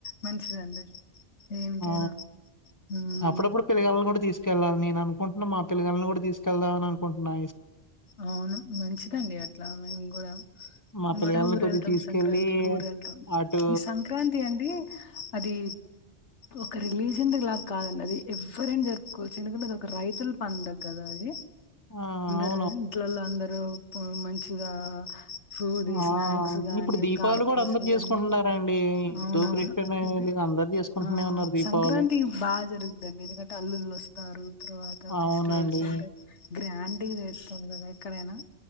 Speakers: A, on the left; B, on the left.
A: మంచిదండి దేనికైనా
B: ఆ
A: ఉమ్
B: అప్పుడప్పుడు పిల్లగాలని కూడా తీసుకెళ్ళాలి నేన్ అనుకుంటున్నా మా పిల్లగాలని కూడా తీసుకెదామనుకుంటున్నా
A: అవును మంచిదండి అట్లా మేము కూడా
B: మా
A: ము
B: పిల్లగాళ్ళని
A: కూడా ఊరుల్తామ్
B: కొద్దిగా తీసుకెళ్ళి
A: ళ్తాం సంక్రాంతికి ఊరుల్తామ్
B: అటు
A: ఈ సంక్రాంతి అంటే అది ఒక రిలీజియన్ ద్ లా కాద అండి అది ఎవరై అయినా జరుపుకోవచ్చు ఎందుకంటే అది ఒక రైతుల పండగ కదా అది
B: ఆ అవ్
A: ఇంట్లో వొళ్ళ అందరూ మంచిగా ఆ ఫ్రూడ్
B: ఆ!
A: స్నాక్స్ గానీ
B: ఇప్పుడు దీపావళి
A: కార్పుస్
B: గూడా అందరూ జేసుకుంటున్నారండి.
A: గాని
B: హిందూ,
A: అవును అవును
B: క్రిస్టియన్
A: ఇవి
B: వీళ్ళు అందరూ జేసుకుంటూనే
A: ఆ
B: ఉన్నారు దీపావళి.
A: సంక్రాంతి బాగా జరుగుద అండి ఎందుకంటే అల్లులు వస్తారు తర్వాత
B: అవునండి.
A: ఫెస్టివ్ గ్రాండింగ్ వస్తుంది కదా ఎక్కడై అయినా